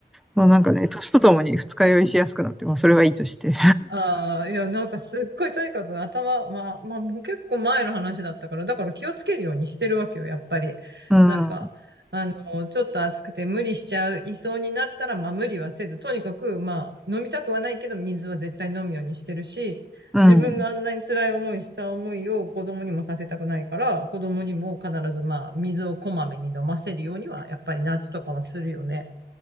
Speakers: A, in the centre; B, on the right.
A: もうなんかね、年とともに二日酔いしやすくなって、まあ、それはいいとして。
B: ああ、いや、なんかすっごいとにかく頭、まあ、まあ、もう結構前の話だったから、だから気をつけるようにしてるわけよ、やっぱり。
A: うん、
B: なんか、あの、ちょっと暑くて無理しちゃう、いそうになったら、まあ無理はせず、とにかく、まあ、飲みたくはないけど、水は絶対飲むようにしてるし、
A: うん、
B: 自分があんなに辛い思いした思いを子供にもさせたくないから、子供にも必ずまあ、水をこまめに飲ませるようには、やっぱり夏とかはするよね。